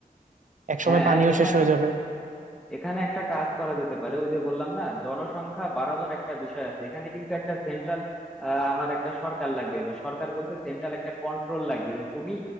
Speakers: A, on the right; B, in the centre.
A: একসময়
B: হ্যাঁ
A: পানিও
B: এখানে
A: শেষ হয়ে যাবে
B: এখানে একটা কাজ করা যেতে পারে ওই যে বললাম না জনসংখ্যা বাড়ানোর একটা বিষয় আছে এখানে কিন্তু একটা সেন্ট্রাল আমার একটা সরকার লাগবে বা সরকার বলতে সেন্ট্রাল একটা কন্ট্রোল লাগবে যে তুমি